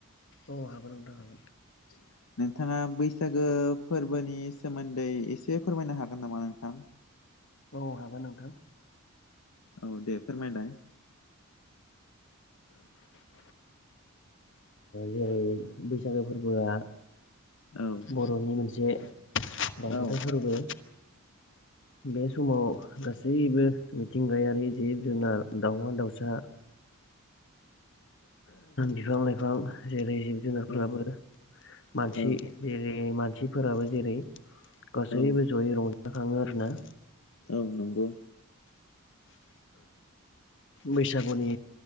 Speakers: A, on the left; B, on the left.
A: औ हागोन नोंथां हागोन।
B: ज <unintelligible> नोंथाङा बैसागो फोरबोनि सोमोन्दै एसे फोरमायनो हागोन नामा नोंथां?
A: औ हागोन नोंथां।
B: औ दे फोरमायलाय।
A: जेरै बैसागो फोरबोआ
B: औ
A: बर'नि मोनसे रावजाथा
B: औ
A: फोरबो बे समाव गासैबो मिथिंगायारि जिब जुनार दाउमा दाउसा बिफां लाइफां जेरै जिब जुनारफ्राबो
B: औ
A: मानसि
B: औ
A: जेरै मानसिफोराबो जेरै गासैबो
B: औ
A: जयै रंजाखाङो आर ना
B: औ नंगौ।
A: बैसागुनि